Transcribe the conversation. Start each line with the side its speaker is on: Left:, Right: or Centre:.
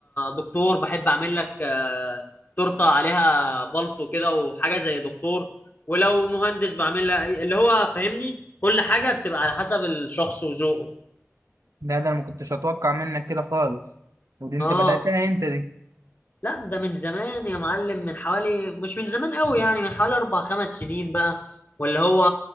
Left: دكتور بحب اعمل لك آه، تورته عليها بلطو كده وحاجه زي دكتور ولو مهندس بعمل لها اللي هو فاهمني كل حاجه بتبقى على حسب الشخص وذوقه
Right: ده ده انا ما كنتش اتوقع منك كده خالص ودي انت
Left: اه
Right: بدأتها انت دي
Left: لا ده من زمان يا معلم من حوالي مش من زمان قوي يعني من حوالي اربع خمس سنين بقى واللي هو